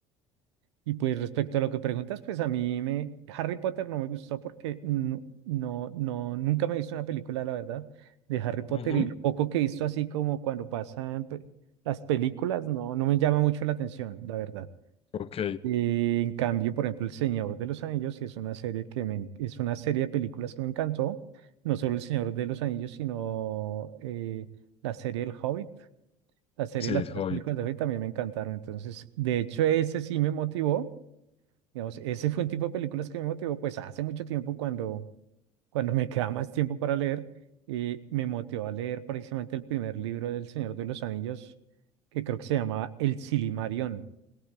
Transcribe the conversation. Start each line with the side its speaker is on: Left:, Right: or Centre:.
Right: y pues respecto a lo que preguntas, pues a mí me Harry Potter no me gustó porque no, no, no- nunca me he visto una película, la verdad, de Harry Potter
Left: Ujú.
Right: y lo poco que he visto así como cuando pasan pe- las películas, no, no me llama mucho la atención, la verdad.
Left: Ok,
Right: Eh, en cambio, por ejemplo, El Señor de los Anillos, sí es una serie que me, en- es una serie de películas que me encantó, no solo El Señor de los Anillos, sino eh, la serie El Hobbit, la serie
Left: sí,
Right: de las
Left: es
Right: tres
Left: Hobbit.
Right: películas de Hobbit también me encantaron. Entonces, de hecho, ese sí me motivó Digamos, ese fue un tipo de películas que me motivó, pues hace mucho tiempo, cuando, cuando me <laughs> quedaba más tiempo para leer, eh, me motivó a leer precisamente el primer libro del Señor de los Anillos, que creo que se llamaba El Silimarión.